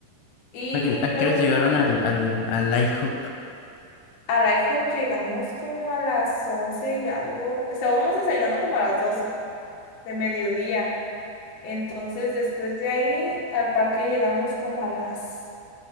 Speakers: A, on the left (about 60°); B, on the left (about 80°).
A: Y
B: ¿A qué a
A: lo
B: qué hora llegaron al, al, al IHOP?
A: A la IHOP llegamos como a las 11 y algo. Estábamos desayunando como a las 12, de mediodía. Entonces, después de ahí, al parque llegamos como a las,